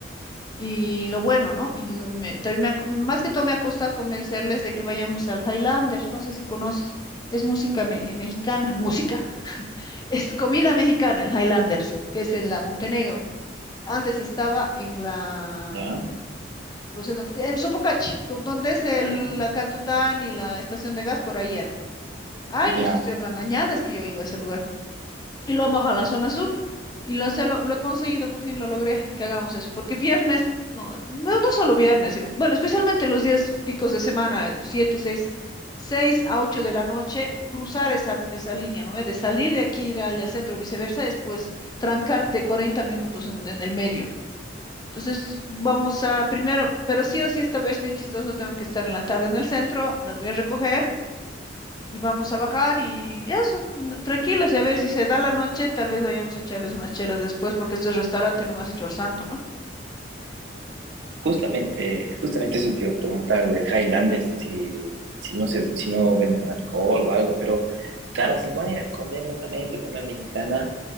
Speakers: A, on the left; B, on the right.
A: y lo bueno, ¿no? Y lo- me- también me ha- más que todo me ha costado convencerles de que vayamos al Highlander. No sé si conoces, es música me- mexicana, música. Es comida mexicana, el Highlanders, que es en la Montenegro. Antes estaba en la...
B: ¿Ya?
A: Rosendo Cuti- en Sopocachi, do- donde es el,
B: Ah,
A: la Cantután y la estación de gas por ayer. Años
B: ya.
A: estoy hablando, añadas que yo iba a ese lugar y lo han bajado a la zona sur. Y lo, sé, lo, lo he conseguido, por fin lo logré, que hagamos eso. Porque viernes, no, no, no solo viernes, yo- bueno, especialmente los días picos de semana, eh, siete, seis, seis a ocho de la noche, cruzar esa, esa línea, ¿no? Eh, De salir de aquí, ir allá al centro, viceversa, después trancarte 40 minutos en, en el medio. Entonces, vamos a, primero, pero sí o sí, esta vez bien chistoso, tengo que estar en la tarde en el centro, las voy a recoger, y vamos a bajar y eso, y no- tranquilas y a ver si se da la noche, tal vez vayamos a echarles unas chelas después porque este restaurante no me has hecho el santo, ¿no?
B: Justamente, justamente eso te iba a preguntar del Highlanders si, si no se, si no venden alcohol o algo, pero claro, si van a ir a comer lentamente, comida mexicana.